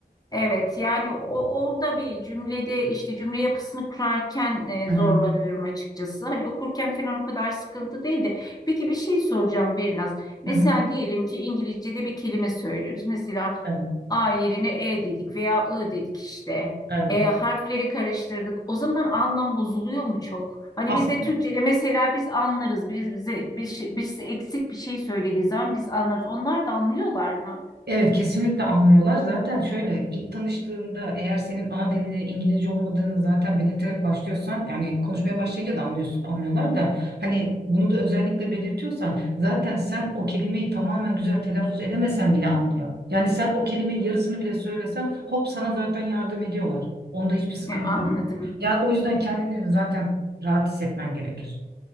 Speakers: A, on the left; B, on the right.
A: Evet yani o, orada bir cümlede işte cümle yapısını kurarken e,
B: Hı
A: zorlanıyorum
B: hı.
A: açıkçası. Hani okurken falan o kadar sıkıntı değil de. Peki bir şey soracağım Berinaz. Mesela
B: Hı hı.
A: diyelim ki İngilizce'de bir kelime söylüyoruz. Mesela
B: Evet,
A: A yerine E dedik veya I dedik işte.
B: evet.
A: E, harfleri karıştırdık. O zaman anlam bozuluyor mu çok? Hani
B: Aslında
A: biz de Türkçe'de mesela biz anlarız. Biz bize bir şey- birisi eksik bir şey söylediği zaman biz anlarız. Onlar da anlıyorlar mı?
B: evet kesinlikle anlıyorlar. Zaten şöyle ilk tanıştığında eğer senin ana dilinin İngilizce olmadığını zaten belirterek başlıyorsan yani konuşmaya başlayınca da anlıyorsun, anlıyorlar da hani bunu da özellikle belirtiyorsan zaten sen o kelimeyi tamamen güzel telaffuz edemesen bile anlıyor. Yani sen o kelimenin yarısını bile söylesen hop sana zaten yardım ediyorlar. Onda hiçbir sıkıntı
A: Ne anladım.
B: yok. Yani o yüzden kendini de zaten rahat hissetmen gerekir.